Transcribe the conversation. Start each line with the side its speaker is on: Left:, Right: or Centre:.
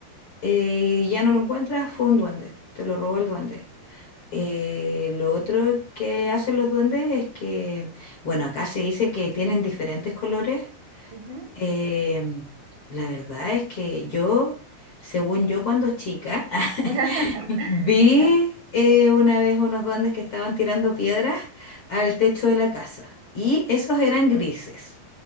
Left: eh, ya no lo encuentras, fue un duende, te lo robó el duende. Eh, lo otro que hacen los duendes es que, bueno, acá se dice que tienen diferentes colores.
Right: Ujú.
Left: Em, la verdad es que yo, según yo cuando chica, <laughs>
Right: <laughs>
Left: Vi
Right: Ajá,
Left: eh, una vez unos duendes que estaban tirando piedras al techo de la casa y esos eran grises.